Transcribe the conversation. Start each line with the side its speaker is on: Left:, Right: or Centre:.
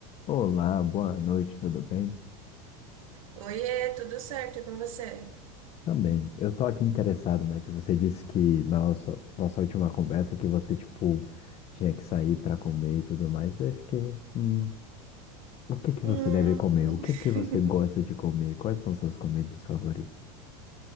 Left: Olá, boa noite, tudo bem?
Right: Oiê, tudo certo e com você?
Left: Também. Eu tô aqui interessado, né? Que você disse que na nossa, nossa última conversa que você, tipo, tinha que sair pra comer e tudo mais. Eu fiquei, hum, o que que
Right: Hum.
Left: você deve comer?
Right: <laughs>
Left: O que que você gosta de comer? Quais são suas comidas favoritas?